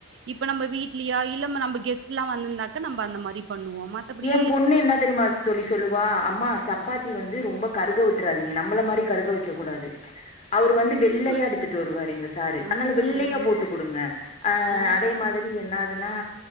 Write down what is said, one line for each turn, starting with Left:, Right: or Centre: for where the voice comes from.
Right: இப்ப நம்ப வீட்லியா இல்ல நம்ப கெஸ் ட்லா வந்துந்தாக்க நம்ப அந்த மாரி பண்ணுவோம். மத்தபடி
Left: ஏ பொண்ணு என்ன தெரிமா தோழி சொல்லுவா அம்மா சப்பாத்தி
Right: ம்.
Left: வந்து ரொம்ப கருக விட்றாதிங் நம்பள மாரி கருக வைக்கக்கூடாது அவரு வந்து
Right: ஐயோ!
Left: வெள்ளயா எடுத்துட்டு வருவாரு எங்க சாரு
Right: ஆ,
Left: அன்னால வெள்ளயா
Right: ஆ,
Left: போட்டு குடுங்க
Right: ஆ.
Left: அதே மாதிரி என்னாதுனா